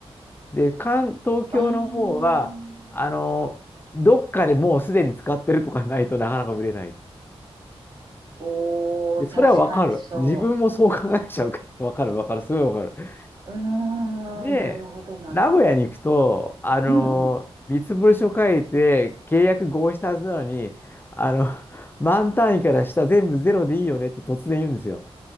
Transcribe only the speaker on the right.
あーん。
おー、
確かにそ
う。うーん、
なるほど、なるほど。
うんうん。